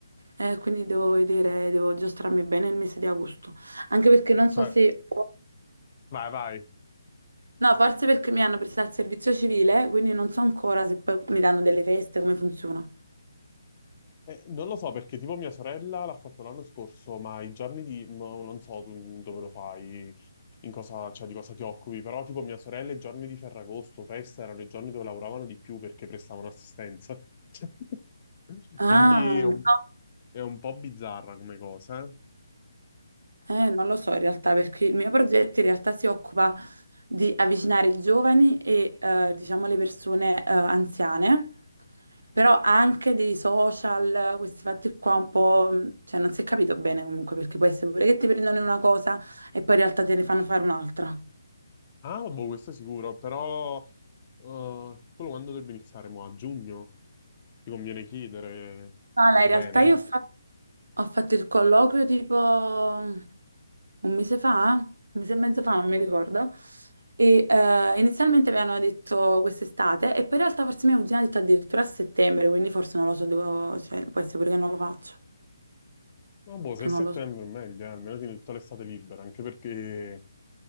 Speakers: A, on the right; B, on the left.
A: Eh, quindi devo vedere, devo giostrarmi bene il mese di agosto. Anche perché non
B: Cioè,
A: so se...
B: vai, vai.
A: No, forse perché mi hanno prestato il servizio civile, quindi non so ancora se poi mi danno delle feste, come funziona.
B: Eh, non lo so perché tipo mia sorella l'ha fatto l'anno scorso, ma i giorni di... no, non so tu in- dove lo fai, in cosa, cioè, di cosa ti occupi, però tipo mia sorella i giorni di Ferragosto, festa, erano i giorni dove lavoravano di più perché prestavano assistenza. <laughs>
A: Ah,
B: Quindi è un,
A: no.
B: è un po' bizzarra come cosa. eh.
A: Eh, non lo so in realtà perché il mio progetto in realtà si occupa di avvicinare i giovani e eh, diciamo le persone eh, anziane, però anche dei social, questi fatti qua un po', mh, cioè non si è capito bene comunque perché può essere pure che ti prendono una cosa e poi in realtà te ne fanno fare un'altra.
B: Ah, boh, questo è sicuro, però eh, quello quando dovrebbe iniziare? Mo' a giugno? Ti conviene chiedere
A: Ala,
B: bene?
A: in realtà io ho fatto, ho fatto il colloquio tipo un mese fa, un mese e mezzo fa, non mi ricordo. E eh, inizialmente mi hanno detto quest'estate, e poi in realtà forse mia cugina ha detto addirittura a settembre, quindi forse non lo so, devo- cioè, può essere pure che non lo faccio,
B: Ma boh, se
A: che
B: è settembre
A: non lo so.
B: è meglio, eh, almeno tieni tutta l'estate libera, anche perché...